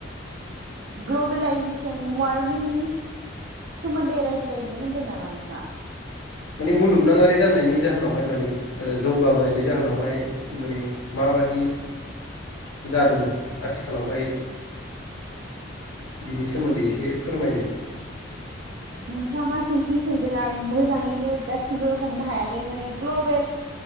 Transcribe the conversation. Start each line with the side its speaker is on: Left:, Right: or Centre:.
Right: ग्लबेलाइजेसन वारमिंनि सोमोन्दै रायज्लायनो होन्दों नामा नोंथाङा?
Left: माने मुलुगनाङारि जानायनि जाहोनावहाय माने ओ जौगाबोनायनि जाहोनावहाय उ माने मा बादि जादों आथिखालावहाय बिनि सोमोन्दै एसे फोरमायनो
Right: नोंथाङा मा सोंथिं सोंदों आं मोजाङैनो दासिमबो हमनो हायाखै माने ग्लबेल